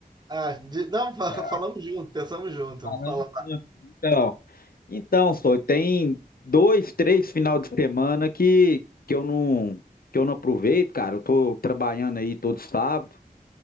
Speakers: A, on the right (about 25°); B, on the left (about 65°).
A: Ah, de- não, <laughs> fa-
B: tá
A: falamos junto, pensamos junto.
B: falando?
A: Fala,
B: Então, então, só tem dois, três final de semana que que eu não que eu não aproveito, cara. Eu tô trabalhando aí todo sábado.